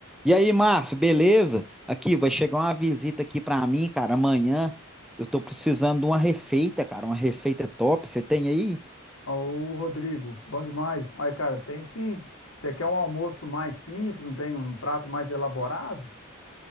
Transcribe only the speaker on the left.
Ô, Rodrigo, bom demais. Olha, cara, tem sim. Você quer um almoço mais simples, não tem um prato mais elaborado?